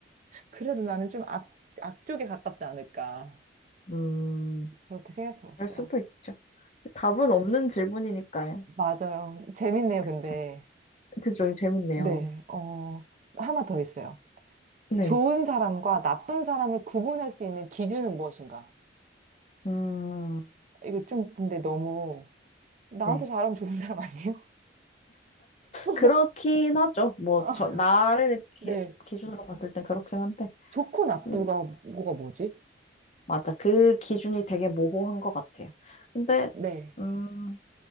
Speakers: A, on the right; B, on the left.
A: 그래도 나는 좀 악, 악 쪽에 가깝지 않을까.
B: 음.
A: 그렇게 생각해 봤어요.
B: 그럴 수도 있죠. 답은 없는 질문이니까요.
A: 맞아요. 재밌네요,
B: 그쵸.
A: 근데.
B: 그죠. 재밌네요.
A: 네, 어, 하나 더 있어요.
B: 네.
A: 좋은 사람과 나쁜 사람을 구분할 수 있는 기준은 무엇인가?
B: 음,
A: 이거 좀 근데 너무 나한테
B: 네.
A: 잘하면 좋은 사람 아니에요? <laughs>
B: 그렇긴 하죠. 뭐,
A: 아,
B: 저, 나를
A: 네.
B: 이렇게 기준으로 봤을 땐 그렇긴 한데,
A: 좋고 나쁘가
B: 음,
A: 뭐가 뭐지?
B: 맞아. 그 기준이 되게 모호한 것 같아요. 근데,
A: 네.
B: 음,